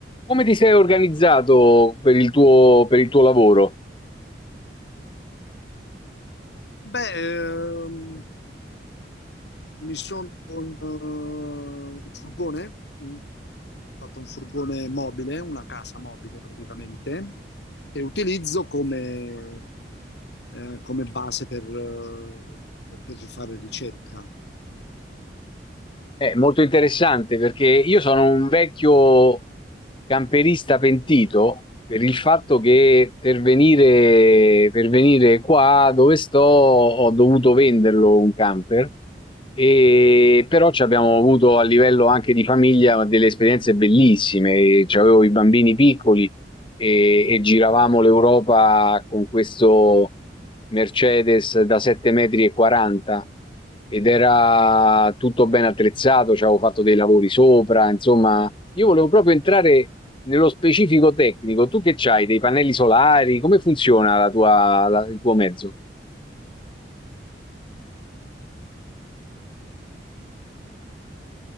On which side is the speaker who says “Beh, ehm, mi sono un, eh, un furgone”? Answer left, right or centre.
Left